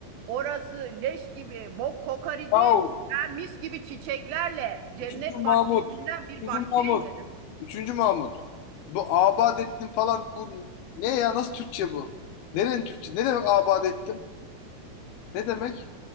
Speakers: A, on the right; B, on the left.
A: Orası leş gibi bok kokar idi.
B: Yahu
A: Ben mis gibi çiçeklerle cennet
B: üçüncü Mahmut.
A: bahçesinden bir
B: Üçüncü
A: bahçe
B: Mahmut.
A: eyledim.
B: Üçüncü Mahmut. Bu abad ettim falan bu ne ya nasıl Türkçe bu? Nerenin Türkçe? Ne demek abad ettim? Ne demek?